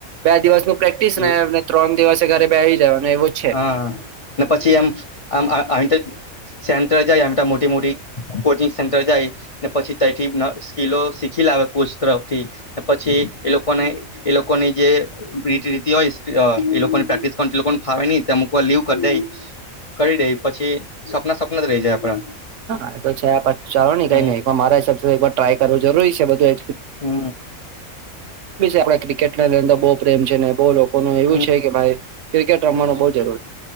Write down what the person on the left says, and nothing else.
એવું
હા ને પછી એમ આમ <unintelligible> સેન્ટર જાય આ મોટી મોટી કોચિંગ સેન્ટર જાય ને પછી તથી સ્કીિલો શીખી લાવે કોચ તરફથી પછી એ લોકોને એ લોકોની જે રી રી હોય એ લોકોની પ્રેક્ટિસ કર લોકો ફાવે નહી તો અમુક વા લીવ ક દઈ કરી દે પછી સપના સપના જ રહી જાય આપડા
હમ
હમ
હમ